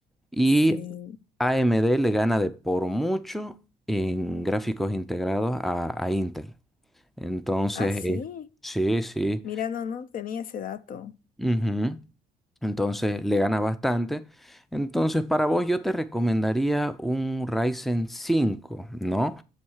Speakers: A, in the centre; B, on the left.
A: Y
B: Sí.
A: AMD le gana de por mucho en gráficos integrados a, a Intel. Entonces,
B: Ah, sí.
A: eh, sí, sí.
B: Mira, no, no tenía ese dato.
A: Ujú. Entonces le gana bastante. Entonces para vos yo te recomendaría un Ryzen 5, ¿no?